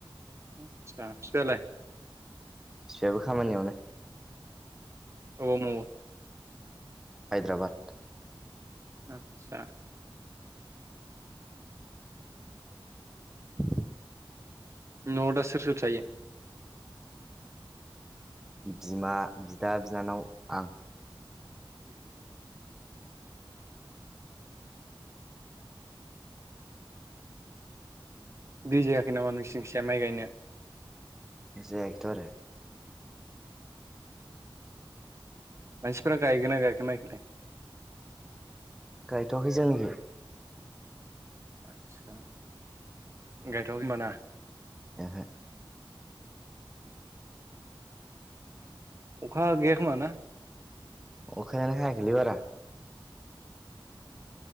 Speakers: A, on the right; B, in the centre.
A: आतसा फिफायालाय।
B: बिफायाबो खामानियावनो।
A: अबाव मावो?
B: हायद्राबाद।
A: आतसा।
B: <unintelligible>
A: न' आव दा सोर सोर थायो?
B: बिमा बिदा बिनानाव आं।
A: <unintelligible> दै जायाखै नामा नोंसिखिजा माइ गायनाया।
B: जायाखै थ आरो।
A: मानसिफ्रा गायगोना गायाखै माइखौलाय?
B: गायथ'वाखै जोंनिखि।
A: आदसा गायथावखै होमबा ना।
B: ओहो
A: अखा गैया खोमा ना?
B: अखायानो हायाखैै बारा।